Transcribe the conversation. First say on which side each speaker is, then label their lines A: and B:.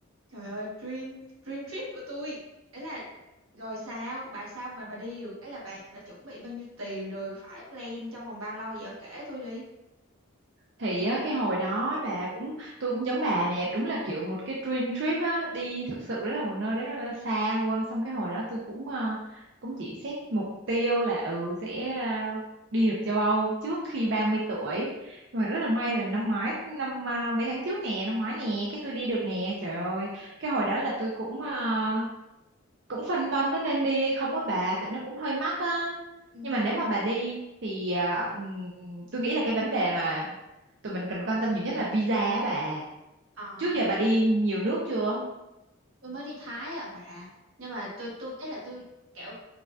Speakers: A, on the right; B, on the right.
A: trời ơi dream dream trip của tôi. Ấy là rồi sao, bà sao mà bà đi được? Ấy là bà bà chuẩn bị bao nhiêu tiền rồi phải plan trong vòng bao lâu vậy kể tôi đi.
B: Thì á, cái hồi đó bà cũng tôi cũng giống bà nè, đúng là kiểu một cái dream trip á, đi thực sự đó là một nơi đó rất là xa luôn. Xong cái hồi đó tôi cũng ờ, cũng chỉ xét mục tiêu là ừ sẽ ờ, đi được châu Âu trước khi 30 tuổi. Nhưng mà rất là may là năm ngoái năm ờ, mấy tháng trước nè, năm ngoái nè, cái tôi đi được nè. Trời ơi, cái hồi đó là tôi cũng ờ, cũng phân vân có nên đi hay không á bà tại nó cũng hơi mắc á
A: Ừ.
B: nhưng mà nếu mà bà đi thì à, ừm, tôi nghĩ là cái vấn đề mà tụi mình cần quan tâm nhiều nhất là visa á bà
A: À,
B: trước giờ bà đi nhiều nước chưa
A: tôi mới đi Thái à bà. Nhưng mà tôi tôi ấy là tôi kiểu